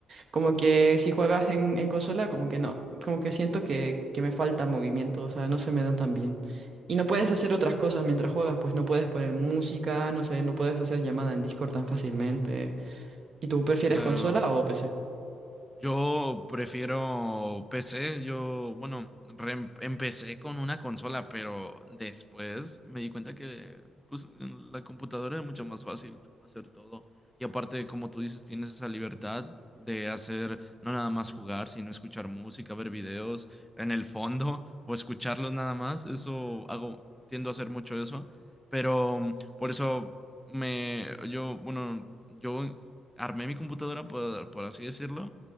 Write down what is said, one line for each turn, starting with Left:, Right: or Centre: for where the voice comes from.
Right: Como que si juegas en, en consola, como que no. Como que siento que, que me falta movimiento, o sea, no se me dan tan bien. Y no puedes hacer otras cosas mientras juegas, pues no puedes poner música, no sé, no puedes hacer llamada en Discord tan fácilmente. ¿Y tú prefieres
Centre: Claro.
Right: consola o PC?
Centre: Yo prefiero PC, yo, bueno, re- empecé con una consola, pero después me di cuenta que pues, en la computadora es mucho más fácil hacer todo. Y aparte, como tú dices, tienes esa libertad de hacer no nada más jugar, sino escuchar música, ver videos en el fondo <laughs> o escucharlos nada más. Eso hago, tiendo a hacer mucho eso, pero mm, por eso me, yo, bueno, yo armé mi computadora, por por así decirlo